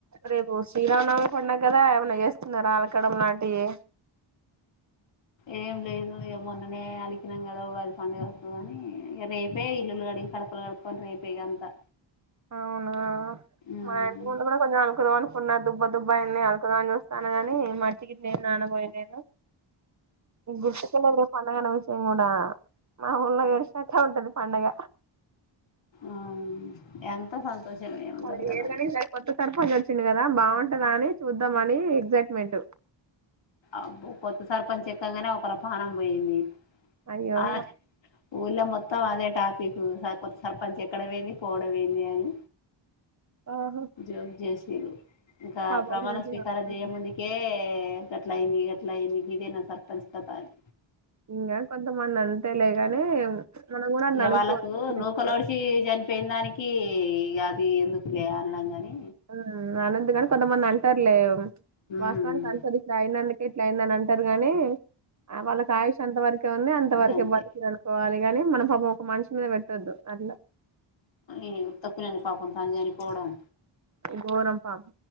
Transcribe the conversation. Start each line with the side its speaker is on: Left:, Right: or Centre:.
Right: రేపు శ్రీరామనవమి పండగ కదా ఏమైన్నా చేస్తున్నారా అలకడం లాంటియి
Left: ఏం లేదు ఇగ మొన్ననే అలికినాం కదా ఉగాది పండుగ వస్తాది అని ఇక రేపే ఇల్లులు కడిగి కడపలు కడుక్కొని రేపే ఇగ అంతా
Right: అవునా
Left: ఉమ్
Right: మా వెనుక కూడా కొంచెం అలుకుదాం అనీ ఉన్న దుబ్బ దుబ్బ ఉన్నాయి అలకుదాం అని చూస్తా కాని మట్టి గిట్ల ఏం నానబొయలేదు నీకు గుర్తుకున్నది రేపు పండగన్న విషయం ఉనా మా ఊళ్లో ఏడిచినట్టే ఉంటది పండగ
Left: ఆ ఎంత సంతోషము ఏమి ఉండదు
Right: మరి
Left: కదా
Right: ఏరుగాని
Left: అని
Right: ఈసారి కొత్త సర్పంచ్ వచ్చిండు కదా బాగుంటదా అని చూద్దాం అని ఎగ్సైట్మెంట్
Left: అబ్బో కొత్త సర్పంచ్ ఎక్కంగానే ఒక్కళ్ల పాణం పోయింది
Right: అయ్యో
Left: ఆ ఊళ్ళో మొత్తం అదే టాపీకు సర్ కొత్త సర్పంచ్ ఎక్కడం ఏంది పోవడం ఏంది అని
Right: ఆహా
Left: జోగ్ జేసి తిరు ఇంకా
Right: బాబోగినట్లా
Left: ప్రమాణ స్వీకారం చేయ ముందుకే గట్లయింది గట్లయింది గిదే నా సర్పంచ్ కథ అని
Right: ఇంగా కొంతమంది అంతేలేగాని మనం కూడా అట్లా
Left: ఇగ
Right: అనుకోవద్దు
Left: వాళ్ళకు నూకలోడిసి
Right: ఆ
Left: చనిపోయిన దానికి ఇగ అది ఎందుకులే అనడం గాని
Right: ఆ అనందుగాని కొంతమంది అంటారులే
Left: ఉమ్
Right: వాస్తవానికి అంటది ఇట్ల అయినందుకు ఎట్ల అయిందని అంటారు గానీ వాళ్ళకి ఆయుష్ అంత వరకే ఉంది అంత వరకే
Left: గంతే
Right: బతికిళ్ళు అనుకోవాలి గాని మనం పాపం ఒక మనిషి మీద పెట్టొద్దు అట్లా
Left: ఏ తప్పులేదు పాపం తాను చనిపోవడం
Right: గోరం పాపం